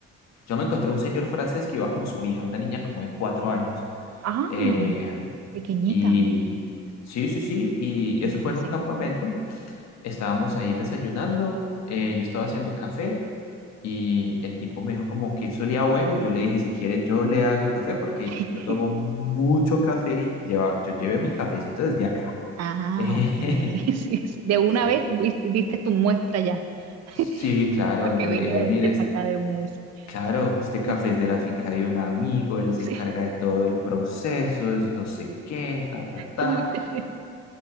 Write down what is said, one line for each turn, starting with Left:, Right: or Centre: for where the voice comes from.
Left: Yo me encontré un señor francés que iba con su hija, una niña como de cuatro años,
Right: ah,
Left: eh,
Right: pequeñita,
Left: y sí, sí, sí, y
Right: chiquise.
Left: eso fue en un campamento Estábamos ahí desayunando, eh, yo estaba haciendo café y el tipo me dijo como que eso le da bueno. y Yo le dije, si quieres yo le hago café porque
Right: <laughs>
Left: yo tomo mucho café y lleva- yo llevé mi cafecito desde acá.
Right: Ah,
Left: Eh,
Right: ok. <laughs>
Left: <laughs>
Right: Sí, sí. De una
Left: sí.
Right: vez viste- diste tu muestra ya, <laughs>
Left: Sí, claro,
Right: para que
Left: yo
Right: venga
Left: le dije,
Right: la
Left: mire,
Right: gente
Left: es-
Right: para acá de una vez.
Left: claro,
Right: <laughs>
Left: este café es de la finca de un amigo, él se
Right: Sí,
Left: encarga de todo el proceso, es no sé qué, ta, ta, ta.
Right: tú viste.